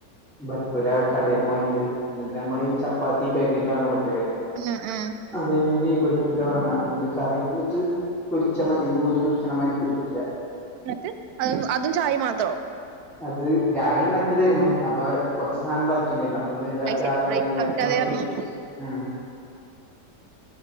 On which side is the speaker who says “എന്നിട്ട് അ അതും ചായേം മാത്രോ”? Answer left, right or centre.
Right